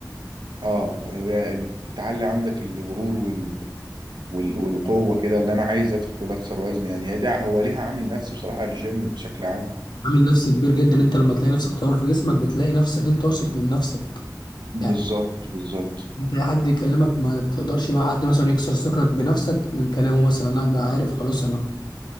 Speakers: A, on the right; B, on the left.
A: <laughs> اه هي بت- بتعلي عندك الغرور وال... وال... والقوه كده اللي انا عايز ادخل اكثر وزن يعني هي دي ع- هو ليها عامل نفسي بصراحه الجيم بشكل عام
B: عامل نفسي كبير جدا انت لما تلاقي نفسك طور في جسمك بتلاقي نفسك انت واثق من نفسك يعني
A: بالظبط بالظبط
B: انت اي حد يكلمك ما تقدرش بقى حد مثلا يكسر ثقتك بنفسك من كلامه مثلا لا انا عارف خلاص انا